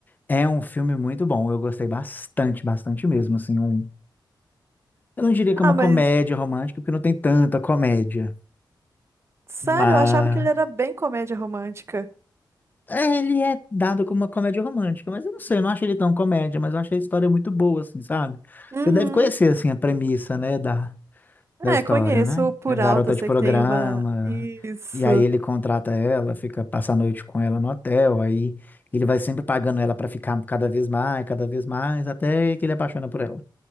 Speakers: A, on the left; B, on the right.
A: É um filme muito bom, eu gostei bastante, bastante mesmo, assim, um... Eu não diria que
B: Ah,
A: é uma
B: mas
A: comédia romântica, porque não tem tanta comédia,
B: sério,
A: mas...
B: eu achava que ele era bem comédia romântica.
A: é, Ele é dado como uma comédia romântica, mas eu não sei, eu não acho ele tão comédia, mas eu achei a história muito boa, assim, sabe?
B: Uhum.
A: Você deve conhecer, assim, a premissa, né, da, da
B: É,
A: história,
B: conheço
A: né?
B: por
A: A garota
B: alto, eu sei
A: de programa,
B: que tem uma. Isso.
A: e aí ele contrata ela, fica, passa a noite com ela no hotel, aí ele vai sempre pagando ela pra ficar cada vez mais, cada vez mais, até que ele apaixona por ela.